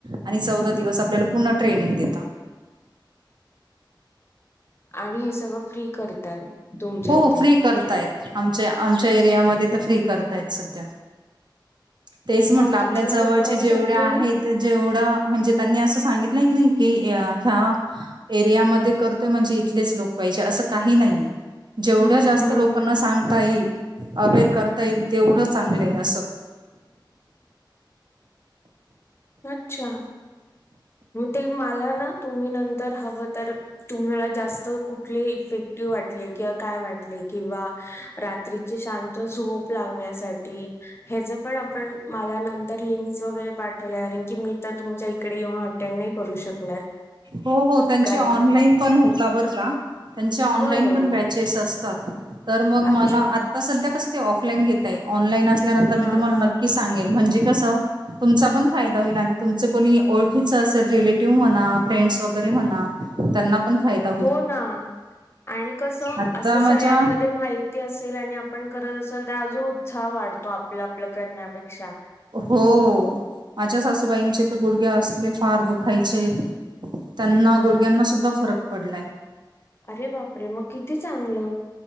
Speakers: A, on the right; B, on the left.
A: आणि चौदा दिवस आपल्याला पूर्ण ट्रेनिंग देता
B: आणि हे सगळं फ्री करतात. तुमच्या
A: हो
B: इथे
A: फ्री करतायत आमच्या आमच्या एरियामध्ये तर फ्री करतायत सध्या तेच म्हटलं
B: मग
A: आपल्या
B: तिथल्या
A: जवळचे
B: लोकांसाठी
A: जेवढे आहेत जेवढा म्हणजे त्यांनी असं सांगितलं की नाही कि ह्या एरियामध्ये करतोय म्हणजे इथलेच लोक पाहिजे असं काही नाहीये जेवढ्या
B: हम्म
A: जास्त
B: हम्म
A: लोकांना
B: हम्म
A: सांगता येईल अबेर करता येईल तेवढं चांगलंय असं.
B: अच्छा मग ते मला ना तुम्ही नंतर हवं तर तुम्हाला जास्त कुठले इफेक्टिव्ह वाटले किंवा काय वाटले किंवा रात्रीची शांत झोप लागण्यासाठी ह्याच पण आपण मला नंतर लिंक्स वगैरे पाठ वा कारण की मी तर तुमच्या इकडे येऊन अटेंड नाही करू शकणार.
A: हो हो त्यांचे
B: कारण
A: ऑनलाईन पण होता बर का त्यांचे ऑनलाईन
B: बरं
A: पण बॅ चेस असतात तर मग
B: अच्छा
A: मला आता सध्या कस ते ऑफलाईन घेत या ऑनलाईन असल्यानंतर
B: हा
A: मी तुम्हाला
B: हा
A: नक्की सांगेन म्हणजे कस तुमचा पण फायदा होईल आणि तुमच कोणी ओळखीच अस रिलेटिव्ह म्हणा फ्रेंडस वगैरे म्हणा त्यांना पण फायदा होईल
B: हो ना आणि कस
A: आता
B: असं
A: माझ्या
B: सगळ्यांमध्ये माहित ती असेल आणि आपण करत असेल तर अजून उत्साह वाढतो आपलं आपलं करण्यापेक्षा.
A: हो माझ्या सासूबाईंचे तर गुडघे असले फार दुखायचे. त्यांना गुडघ्यांना सुद्धा फरक पडलाय
B: अरे बापरे मग किती चांगलं!